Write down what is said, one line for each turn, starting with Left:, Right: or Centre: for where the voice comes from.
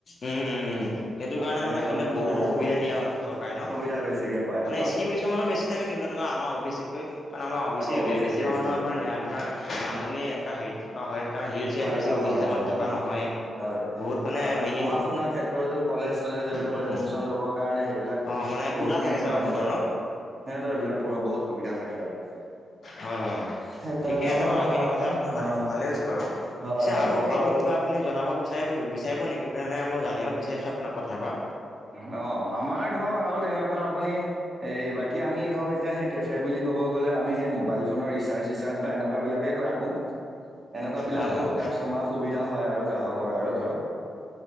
Left: উম উম উম উম, সেইটো কাৰণে মানে
Right: তেওঁলোকৰ
Left: সিহঁত বহুতো
Right: কাৰণে অকমান
Left: সুবিধা দিয়া হয় ন অসম চৰকাৰে ন
Right: সুবিধা বেছিকে পাই
Left: মানে
Right: পোৱা
Left: স্কিম
Right: যায়
Left: কিছুমানো বেছি। বেছি থাকে কিন্তু আমাৰ অও বি চি কৈ কাৰণ আমাৰ অও বি
Right: অ
Left: চি বেছিভাগ
Right: কে
Left: মানুহ
Right: স্কিম
Left: আপোন আপোনাৰ। নামনি এনেকা হেৰিটেজ, অহ হয় কাৰণ এৰিয়াত
Right: থাকা
Left: বেছি অ' বি
Right: হয়
Left: চি থকা মানুহ
Right: হয়
Left: থকা
Right: হয়
Left: নহয়।
Right: হয় হয়
Left: বহুত মানে
Right: আৰু ধৰক
Left: মিনি
Right: পঢ়া পঢ়া শুনাৰ ক্ষেত্ৰতো কলেজ চলেজ এইবিলাকত
Left: উম,
Right: এডমিচন
Left: উম,
Right: লবৰ কাৰণে সেইবিলাক
Left: অ' মানে কোটা
Right: বহুতখিনি
Left: থাকে চাগৈ
Right: কাম
Left: সিহঁতৰ
Right: কৰে
Left: ন?
Right: আৰু সিহঁতৰ এই বিলাক পোৱা বহুত সুবিধা থাকে আৰু
Left: হয় হয়
Right: সেই তেনেধৰণৰ
Left: ঠিকে আছে বাৰু এইখিনি
Right: মানে
Left: কথা আপোনাৰ জানিছো
Right: অ',
Left: ভালে হৈছে বাৰু
Right: হয়,
Left: পিছে
Right: হয়
Left: আৰু
Right: তাকে
Left: আৰু
Right: বাৰু
Left: কিবা আপুনি জনাব বিচাৰিব বিচাৰিব নেকি পিছে মই জানিব বিচাৰিছো আপোনাৰ কথা পৰা।
Right: অহ আমাৰ ধৰক আৰু তেনেকুৱা আপুনি। এই বাকী আমি ধৰক এতিয়া সেই কেফে বুলি কব গ'লে আমি সেই মোবাইল ফোনৰ ৰিচাৰ্জ চিচাৰ্জ বা এনেকুৱা, এনেকুৱা বিলাকে ৰাখো এনেকুৱা বিলাকো
Left: হয় হয়
Right: কাষ্টমাৰ, সুবিধা হয় আৰু গ্ৰাহকৰ আৰু ধৰক